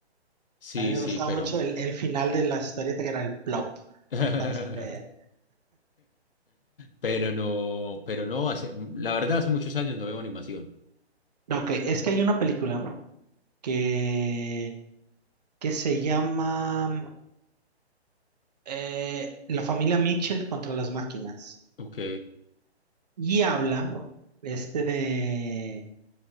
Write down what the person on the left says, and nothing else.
Sí,
sí,
pero.
<laughs>
Pero no, pero no, hace, la verdad, hace muchos años no veo animación.
Ok.